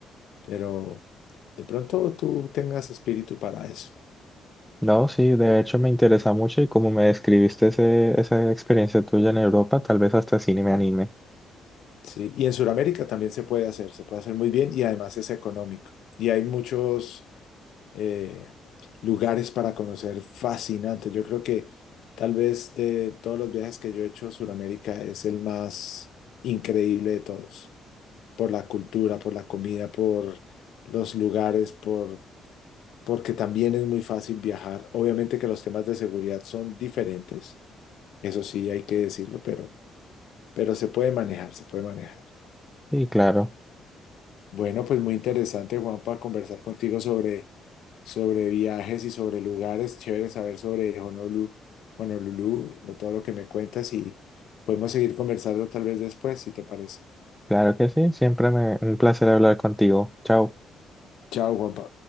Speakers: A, on the left (about 75°); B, in the centre.
A: pero de pronto tú tengas espíritu para eso.
B: No, sí, de hecho me interesa mucho y como me describiste ese, esa experiencia tuya en Europa, tal vez hasta cine me anime.
A: Sí, y en Sudamérica también se puede hacer, se puede hacer muy bien y además es económico. Y hay muchos eh, lugares para conocer fascinantes. Yo creo que tal vez de todos los viajes que yo he hecho, Sudamérica es el más increíble de todos, por la cultura, por la comida, por los lugares, por, porque también es muy fácil viajar. Obviamente que los temas de seguridad son diferentes, eso sí hay que decirlo, pero, pero se puede manejar, se puede manejar.
B: Y claro,
A: Bueno, pues muy interesante, Juanpa, conversar contigo sobre, sobre viajes y sobre lugares. Chévere saber sobre Honolulu, Honolulu, lo- todo lo que me cuentas y podemos seguir conversando tal vez después, si te parece.
B: claro que sí, siempre me, un placer hablar contigo. Chao.
A: Chao, Juanpa.